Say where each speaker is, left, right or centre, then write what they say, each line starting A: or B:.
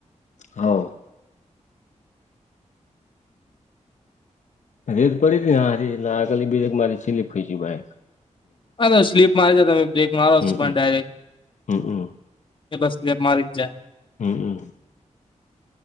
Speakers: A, on the left (about 70°); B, on the left (about 40°).
A: હા રેત પડી હતીને હ આગલી બક મારી સીલીઈ ગ ભાઈ
B: હા તો સ્લીપ મારી છે, તમે બ્રેક મારો
A: હમ
B: પણ
A: હમ
B: ડાયરેક
A: હમ
B: એ બસ લ મારી જ જાય
A: હમમ